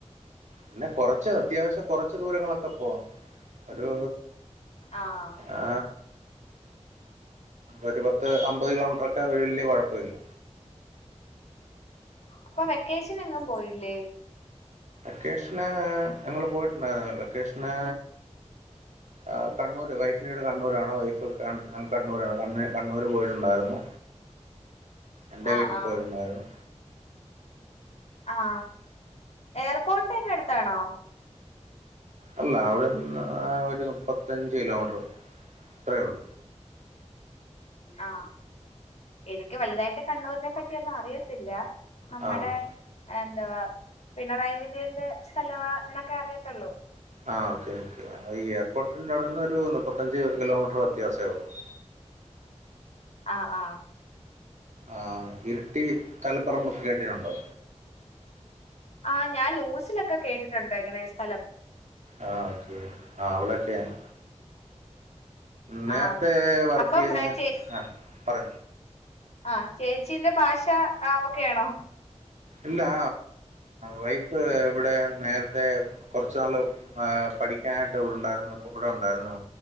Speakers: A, on the right; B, on the left.
A: പിന്നെ കൊറച്ച് അത്യാവശ്യ കൊറച്ച് ദൂരങ്ങളൊക്കെ പോവാം. ഒരു
B: ആഹ്
A: ആ ഒരു പത്ത് അമ്പത് കിലോമീറ്ററൊക്കെ വല്ല്യ കുഴപ്പ പ്പമില്ല
B: അപ്പൊ വെക്കേഷന് എങ്ങും പോയില്ലേ
A: വെക്കേഷന് ഞങ്ങള് പോയിട്ടുണ്ടായിരുന്ന് വെക്കേഷന് ആ കണ്ണൂര് വൈഫിന്റീട് കണ്ണൂരാണ് വൈഫ് കൺ കണ്ണൂരാണ് കണ്ണൂര് പോയിട്ടുണ്ടായിരുന്നു എന്റെ
B: ആഹ്
A: വീട്ടി
B: ആഹ്
A: പോയിരുന്നായിരുന്നു
B: ആ എയർപോർട്ടക്കെ അടുത്താണോ
A: അല്ല അവിട്ന്ന് ഒരു മുപ്പത്തഞ്ച് കിലോമീറ്ററ് അത്രെ ഉള്ളു
B: ആ എനിക്ക് വലുതായിട്ട് കണ്ണൂരിനെ പറ്റിയൊന്നും അറിയത്തില്ല അമ്മേടെ
A: ആഹ്
B: എൻ ആ പിണറായി വിജയന്റെ സ്ഥലവാ ന്നൊക്കെ അറിയത്തൊള്ളൂ
A: ആ ഓക്കേ ഓക്കേ ഈ എയർപോർട്ടിൻ്റെ അവിടുന്ന് ഒരു മുപ്പത്തഞ്ച് കിലോമീറ്ററ് വ്യത്യാസേ ഉള്ളൂ
B: ആ ആ
A: ആ ഇരിട്ടി തളിപ്പറമ്പൊക്കെ കേട്ടിട്ടുണ്ടോ
B: ആ ഞാൻ ന്യൂസിലൊക്കെ കേട്ടിട്ടുണ്ട് ഇങ്ങനെ ഈ സ്ഥലം
A: ആ ഓക്കെ ആ അവടൊക്കേണ് നേരത്തെ
B: ആഹ്
A: വർക്ക്
B: അപ്പം
A: ചെയ്തേന്നെ
B: ചേ
A: ആ പറ
B: ആ ചേച്ചീന്റെ ഭാഷ ആ ഓക്കേ ആണോ
A: ഇല്ലാ വൈഫ് ഇവിടെ നേരത്തെ കൊറച്ച് നാള് പഠിക്കാനായിട്ട് ഇവിടുണ്ടായിരുന്നു അപ്പോൾ ഇവിടുണ്ടാരുന്നു